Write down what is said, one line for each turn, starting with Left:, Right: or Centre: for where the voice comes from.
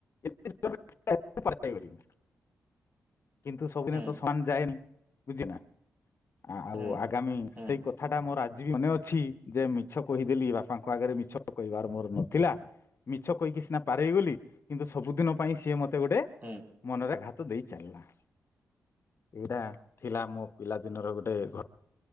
Left: <unintelligible> କିନ୍ତୁ ସବୁଦିନେ
Right: ହୁଁ
Left: ତ ସମାନ ଯାଏନି। ବୁଝିନା। ଆଉ
Right: ହୁଁ
Left: ଆଗାମୀ
Right: ହୁଁ
Left: ସେଇ କଥାଟା ମୋର ଆଜି। ଆଜି ବି ମନେ ଅଛି ଯେ ମିଛ କହିଦେଲି ବାପାଙ୍କ ଆଗରେ ମିଛ କହିବାର ମୋର ନଥିଲା ମିଛ କହିକି ସିନା ପାରେଇ ଗଲି କିନ୍ତୁ ସବୁଦିନ ପାଇଁ ସିଏ ମ ମତେ ଏତେ ଗୋଟେ
Right: ହୁଁ
Left: ମନରେ ଘାତ ତ ଦେଇ ଚାଲିଲା। ଏଇଟା ଥିଲା ମୋ ପିଲା ଦିନର ଗୋ ଟେ ଘ